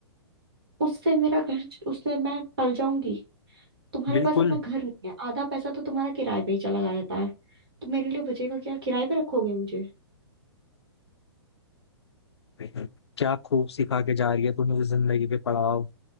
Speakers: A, on the right; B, on the left.
A: उससे मेरा घर उससे मैं पल जाऊंगी तुम्हारे
B: बिल्कुल
A: पास अपना घर नहीं है आधा पैसा तो तुम्हारा किराए पे ही चला जाता है तो मेरे लिए बचेगा क्या किराए पे रखोगे मुझे
B: क्या खूब सिखा के जा रही है तू मुझे जिंदगी के पड़ाव